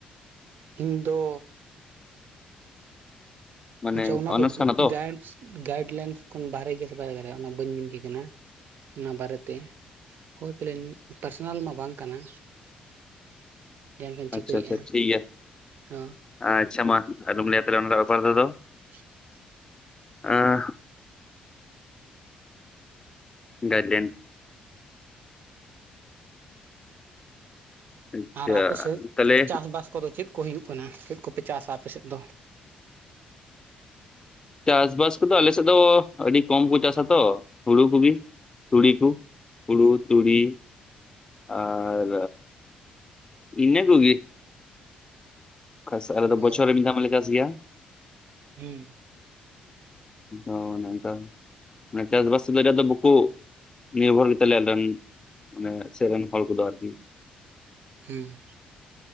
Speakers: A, on the right; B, on the left.
A: ᱤᱧ ᱫᱚ
B: ᱢᱟᱱᱮ
A: ᱟᱪᱪᱷᱟ ᱚᱱᱟ
B: ᱚᱱᱟᱨᱥ
A: ᱫᱚ
B: ᱠᱟᱱᱟ ᱛᱚ
A: ᱜᱟᱭᱮᱱᱥ ᱜᱟᱭᱤᱰ ᱞᱟᱭᱤᱱᱥ ᱠᱷᱚᱱ ᱵᱟᱨᱦᱮ ᱜᱮᱭᱟ ᱥᱮ ᱵᱟᱭ ᱵᱟᱨᱮᱭᱟ ᱚᱱᱟ ᱵᱟᱹᱧ ᱢᱮᱱ ᱠᱟᱱᱟ ᱚᱱᱟ ᱵᱟᱨᱮᱛᱮ ᱦᱳᱭ ᱯᱟᱞᱮᱱ ᱯᱟᱨᱥᱚᱱᱟᱞ ᱢᱟ ᱵᱟᱝ ᱠᱟᱱᱟ ᱡᱟᱦᱟᱸᱞᱮᱠᱟᱹᱧ ᱪᱷᱤᱠᱟᱹᱭᱮᱫᱼᱟ
B: ᱟᱪᱪᱷᱟ ᱟᱪᱪᱷᱟ ᱴᱷᱤᱠ ᱜᱮᱭᱟ
A: ᱦᱚᱸ
B: ᱟᱪᱪᱷᱟ ᱢᱟ ᱟᱞᱚᱢ ᱞᱟᱹᱭᱟ ᱛᱟᱦᱮ ᱚᱱᱟ ᱵᱮᱯᱟᱨ ᱛᱮᱫᱚ
A: <inaudible>
B: ᱮᱻ ᱜᱟᱭᱤᱰᱞᱟᱭᱤᱱ ᱟᱪᱪᱷᱟ
A: ᱟᱨ ᱟᱯᱮ ᱥᱮᱫ
B: ᱛᱟᱦᱚᱞᱮ
A: ᱪᱟᱥᱵᱟᱥ ᱠᱚᱫᱚ ᱪᱮᱫ ᱠᱚ ᱦᱩᱭᱩᱜ ᱠᱟᱱᱟ ᱪᱮᱫ ᱠᱚᱯᱮ ᱪᱟᱥᱟ ᱟᱯᱮᱥᱮᱫ ᱫᱚ
B: ᱪᱟᱥᱵᱟᱥ ᱠᱚᱫᱚ ᱟᱞᱮᱥᱮᱫ ᱫᱚ ᱟᱹᱰᱤ ᱠᱚᱢ ᱠᱚ ᱪᱟᱥᱟ ᱛᱚ ᱦᱩᱲᱩ ᱠᱚᱜᱮ ᱛᱩᱲᱤ ᱠᱚ ᱦᱩᱲᱩ ᱛᱩᱲᱤ ᱟᱨ ᱤᱱᱟᱹ ᱠᱚᱜᱤ ᱚᱠᱟᱥ ᱟᱞᱮ ᱫᱚ
A: ᱦᱳᱭ
B: ᱵᱚᱪᱷᱚᱨ ᱢᱤᱫᱷᱟᱣ ᱢᱟᱞᱮ ᱪᱟᱥ ᱜᱮᱭᱟ
A: ᱦᱩᱸ
B: ᱚ ᱚᱱᱟ ᱫᱚ ᱢᱟᱱᱮ ᱪᱟᱥᱵᱟᱥ ᱥᱚᱢᱚᱭ ᱫᱚ ᱵᱩᱠᱩ ᱱᱤᱭᱚᱵᱷᱚᱨ ᱜᱮᱛᱟᱞᱮ ᱟᱞᱮ ᱢᱟᱱᱮ ᱥᱮᱫ ᱨᱮᱱ ᱦᱚᱲ ᱠᱚᱫᱚ ᱟᱨᱠᱤ
A: ᱦᱩᱸ